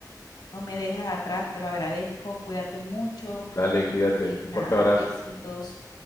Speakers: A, on the left; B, on the left.
A: No me dejes atrás, te lo agradezco, cuídate mucho
B: Dale, cuídate.
A: y
B: Un
A: nada,
B: fuerte abrazo.
A: besitos.